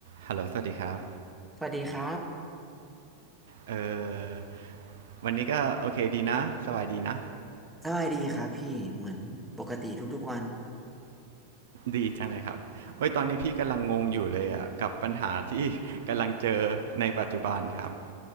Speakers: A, on the right; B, in the centre.
A: ฮัลโหลสวัสดีครับ
B: สวัสดีครับ
A: เออวันนี้ก็โอเคดีนะสบายดีนะ
B: สบายดีครับพี่ เหมือนปกติทุกๆวัน
A: ดีจังเลยครับเว้ยตอนนี้พี่กำลังงงอยู่เลยอ่ะกับปัญหาที่ <laughs> กำลังเจอในปัจจุบันครับ